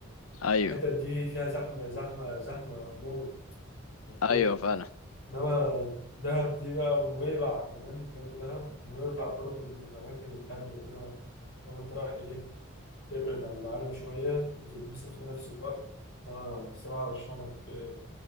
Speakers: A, on the left (about 85°); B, on the left (about 60°).
A: ايوه
B: الحتت دي فيها زحمة زحمة زحمة موت حرفيا
A: ايوه فعلا
B: إنما دهب دي بقى ونويبع كمان جنب دهب نويبع برضه من الأماكن الهادية كده لو أنت رايح إيه تبعد عن العالم شوية وتتبسط في نفس الوقت أنا الصراحة أرشح لك آه،